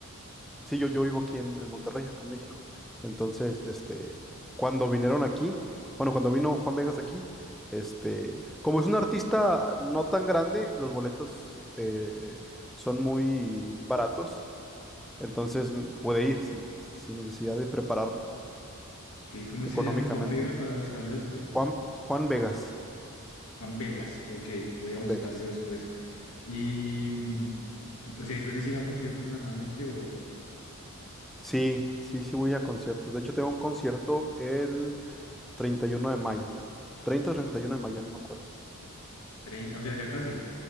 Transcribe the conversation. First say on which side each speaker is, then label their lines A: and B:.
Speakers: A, in the centre; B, on the left.
A: sí, yo, yo vivo aquí en, en Monterrey, acá en México, entonces, este, cuando vinieron aquí, bueno, cuando vino Juan Vegas aquí, este, como es un artista no tan grande, los boletos eh, son muy baratos, Entonces mm, puede ir sin, sin necesidad de prepararme
B: Ok, ¿Cómo
A: económicamente.
B: se llama? Juan Vega para buscarlo después.
A: Juan, Juan Vegas.
B: Juan Vegas, ok, voy a
A: Juan
B: buscarlo
A: Vegas.
B: después. Y, mm, o sea, ¿y sueles ir a conciertos normalmente o,
A: Sí, sí, sí voy a conciertos. De hecho, tengo un concierto el 31 de mayo. 30 o 31 de mayo, no me acuerdo.
B: trein- o sea, ya casi?